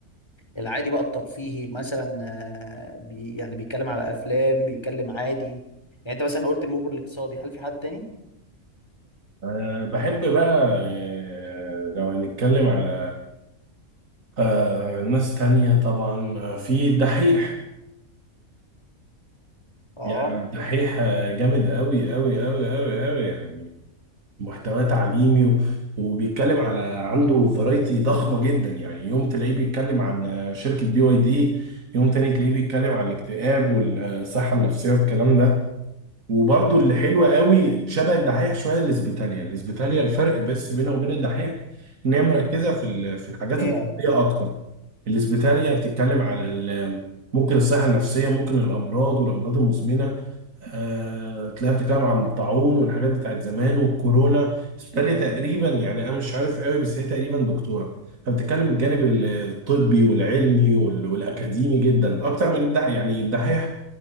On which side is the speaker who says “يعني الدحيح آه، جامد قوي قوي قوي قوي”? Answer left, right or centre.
Right